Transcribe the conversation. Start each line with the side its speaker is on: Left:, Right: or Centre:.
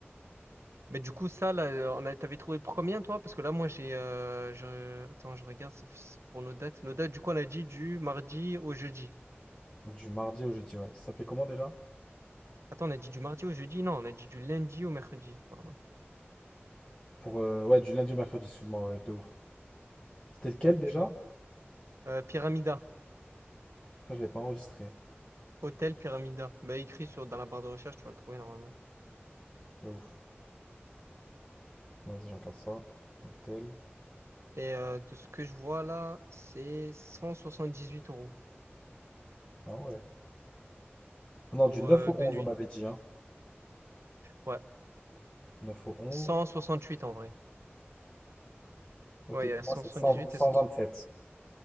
Right: Mais du coup, ça, là, on a, t'avais trouvé combien, toi? Parce que là, moi, j'ai. euh, je... Attends, je regarde c'est c'est pour nos dates. Nos dates, du coup, on a dit du mardi au jeudi.
Left: du mardi au jeudi, ouais. Ça s'appelait comment déjà?
Right: Attends, on a dit du mardi au jeudi? Non, on a dit du lundi au mercredi, pardon.
Left: Pour, euh, ouais, du lundi au mercredi, excuse-moi, ouais, de ouf. C'était lequel
Right: Ouais,
Left: déjà?
Right: du- euh, Pyramida.
Left: Je crois que je l'ai pas enregistré.
Right: Hôtel Pyramida. Bah, écrit sur... dans la barre de recherche, tu vas le trouver normalement.
Left: De ouf. Vas-y, je regarde ça. Hôtel,
Right: Et euh, de ce que je vois là, c'est 178 euros
Left: Ah ouais. Ah non,
Right: pour
Left: du 9
Right: euh,
Left: au
Right: deux
Left: 11,
Right: nuits.
Left: on avait dit, hein.
Right: Ouais.
Left: 9 au 11.
Right: cent soixante huit en vrai.
Left: Ôtez
Right: Ouais, il
Left: pour
Right: y a cent
Left: moi, c'est
Right: soixante
Left: 100
Right: dix huit et 100
Left: 127.